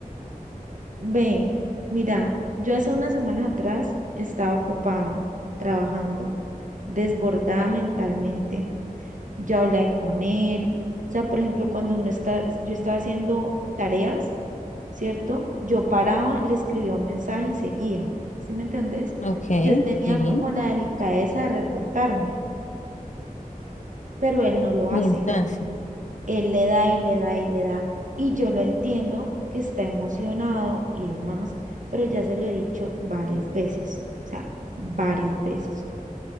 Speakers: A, on the right (about 60°); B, on the left (about 55°).
A: Ve, mira, yo hace unas semanas atrás estaba ocupada trabajando, desbordada mentalmente. Yo hablé con él. O sea, por ejemplo, cuando uno está, yo estaba haciendo tareas ¿cierto? Yo paraba, le escribía un mensaje y seguía, ¿sí me entendés?
B: Ok,
A: Yo tenía
B: sí.
A: como la delicadeza de reportarme, pero él no lo
B: Y
A: hace.
B: entonces,
A: Él le da y le da y le da. Y yo lo entiendo que está emocionado y demás, pero ya se lo he dicho varias veces, o sea, varias veces.